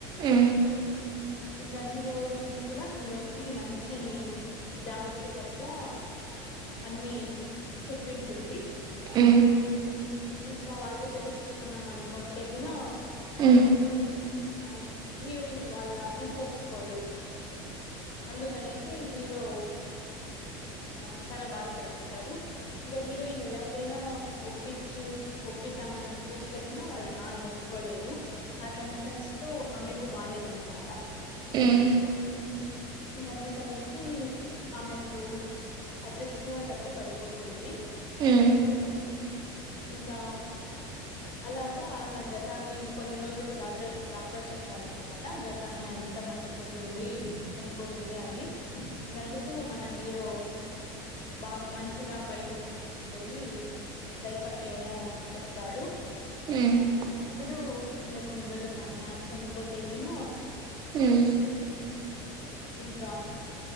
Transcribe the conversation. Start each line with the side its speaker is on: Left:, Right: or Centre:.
Right: ఆ
Left: ఇంకా హీరోయిన్ కూడా హీరోకి మంచి జాబ్చ్చే దర్ లా అన్నిీ చెప్పింటుంది
Right: అ
Left: ఇంకా వాళ్ళు పెళ్లిి చేసుకున్నాం అనుకుంటే గనో
Right: ఆ
Left: ఆ హీరోయిన్ వాళ్ళ ఇంట్లో ఒప్పుకోరు అందు కనేసి హీరో ఆ చాల బాధ పడిపోతారు ఇకా హీరోయిన్ ఎలాగైనా ఒప్పించు ఒప్పిద్దాం అని చూస్త తగినా వాళ్ళ నాన్న ఒప్పుకోలేదు ఆ టెన్షన్స్ తో ఆమెకు బాలేదన్నమాట
Right: హ్మ్
Left: గందు కనేసి ఆమెకు అట్లే స్పృహ తప్పి పడిపోతుంది
Right: హ్మ్
Left: ఇంకా అలాగా ఆమె గతాన్ని ఇంకా కొన్ని రోజులకి డాక్టర్ డాక్టర్స్ చెప్తారనమాట గతాన్ని అంత మర్చిపోతుంది చనిపోతుంది అని ఇకందుకు మన హీరో బాగా మంచిగా బయటకి పిలిచికుపోయి లైఫ్ అంటే ఏమో చెప్తాడు
Right: సరే
Left: అప్పుడు ఇంగ కొన్ని రోజులకి ఆమె చనిపోతేగిన
Right: హ్మ్
Left: ఇంకా